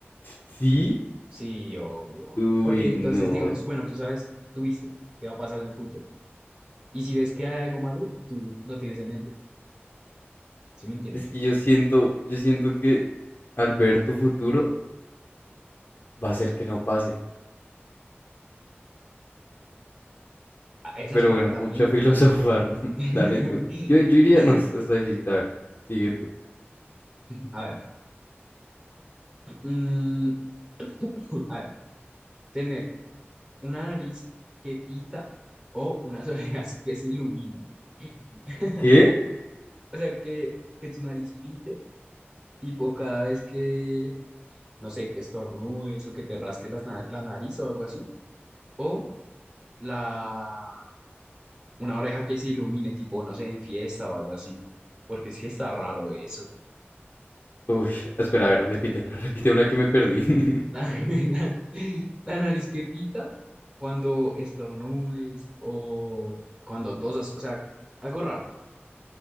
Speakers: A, on the left; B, on the right.
A: ¿Sí?
B: Sí, obvio.
A: Uy,
B: Porque entonces,
A: no.
B: digamos, bueno, tú sabes, tú viste qué va a pasar en el futuro. Y si ves que hay algo malo, tú lo tienes en mente. ¿Sí me entiendes?
A: Es que yo siento, yo siento que al ver tu futuro va a ser que no pase.
B: Ah, esa
A: Pero
B: es buena
A: bueno,
B: también.
A: mucha filosofar. <laughs>
B: <laughs>
A: Dale tú. Yo, yo iría, no, eso está difícil. A ver, sigue tú.
B: A ver. mm, <clears throat> a ver. Tener una nariz que pita o unas <laughs> orejas que se iluminan. <laughs>
A: ¿Qué?
B: O sea, que, que tu nariz pite, tipo cada vez que, no sé, que estornudes o que te rasques las na- la, nariz o algo así. O la, una oreja que se ilumine, tipo, no sé, en fiesta o algo así. Porque es que está raro eso.
A: Uy, espera, a ver, repítemela, <laughs> repítemela que me perdí. <laughs>
B: La, <laughs> la- la nariz que pita cuando estornudes o cuando tosas, o sea, algo raro.